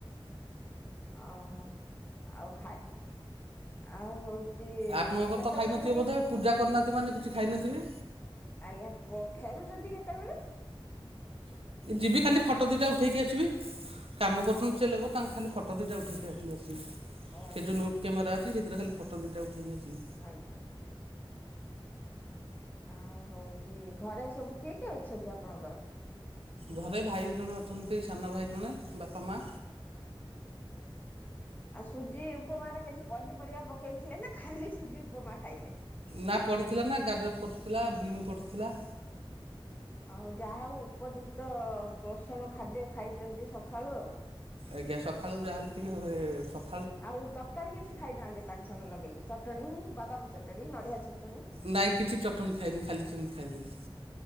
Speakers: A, on the left (about 20°); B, on the right (about 80°).
A: ଅ ହ, ଆଉ ଖାଇ ଆଉ ହଉ ଚି
B: ଆପଣଙ୍କର
A: କେତେବେଳେ
B: ତ ଖାଇନଥିବେ
A: ପୁଣି
B: ବୋଧେ ପୂଜା କରିନାହାନ୍ତି ମାନେ କିଛି ଖାଇନଥିବେ?
A: ଆଜ୍ଞା ଫେରୁଛନ୍ତି କେତେବେଳେ?
B: ଯିବି ଖାଲି ଫଟୋ ଦୁଇଟା ଉଠାଇକି ଆସିବି। କାମ କରୁଛନ୍ତି ସେ ଲୋକ ତାଙ୍କ ଖାଲି ଫଟୋ ଦିଟା ଉଠେଇକି ଆସଲି ଆଶିକି।
A: ଓହୋ
B: ସେ ଯୋଉ ନୋଟ୍ କାମେରା ଅଛି ସେଥିରେ ଖାଲି ଫଟୋ ଦିଇଟା ଉଠେଇକି ଆସିବି।
A: ଆଜ୍ଞା ଆଜ୍ଞା। ଆଉ ହଉଚି ଘରେ ସବୁ କିଏ-କିଏ ଅଛନ୍ତି ଆପଣଙ୍କର?
B: ଘରେ ଭାଇ ଜଣେ ଅଛନ୍ତି, ସାନ ଭାଇ ଜଣେ, ବାପା, ମା
A: ଆଉ ସୁଜି ଉପମାରେ କିଛି ପନିପରିବା ପକେଇଥିଲେ ନା ଖାଲି ସୁଜି ଉପମା ଖାଇଲେ?
B: ନା ପଡିଥିଲା ନା, ଗାଜର ପଡିଥିଲା ବିମ୍ ପଡିଥିଲା
A: ହଉ ଯାହା ହଉ ଉପଯୁକ୍ତ ପୋଷଣ ଖାଦ୍ୟ ଖାଇଚନ୍ତି ସଖାଳୁ ଆଉ।
B: ଆଜ୍ଞା ସଖାଳୁ ଯାହା ହେଲେ ଟିକେ ସ
A: ଆଉ ତରକାରୀ କିଛି ଖାଇନାହାନ୍ତି ତାଙ୍କ ସାଙ୍ଗରେ ଲଗେଇକି ଚଟଣି, ବାଦାମ ଚଟଣି, ନଡ଼ିଆ ଚଟଣି
B: ନାଇଁ କିଛି ଚଟଣି ଖାଇନି ଖାଲି ସେମ୍ତି ଖାଇଦେଲି,